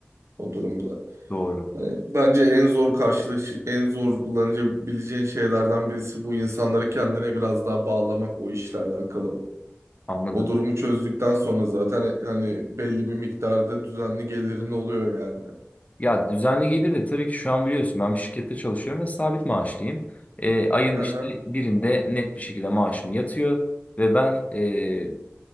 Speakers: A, on the right; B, on the left.
A: o durumda.
B: doğru.
A: Hani bence en zor karşılaş en zorlanabileceğin şeylerden birisi bu insanları kendine biraz daha bağlamak o işle alakalı.
B: Anladım.
A: O durumu çözdükten sonra zaten e, hani belli bir miktarda düzenli gelirin oluyor yani.
B: Ya düzenli gelir de tabii ki şu an biliyorsun ben bir şirkette çalışıyorum ve sabit maaşlıyım. E, ayın
A: Hı
B: işte
A: hı.
B: birinde net bir şekilde maaşım yatıyor ve ben e,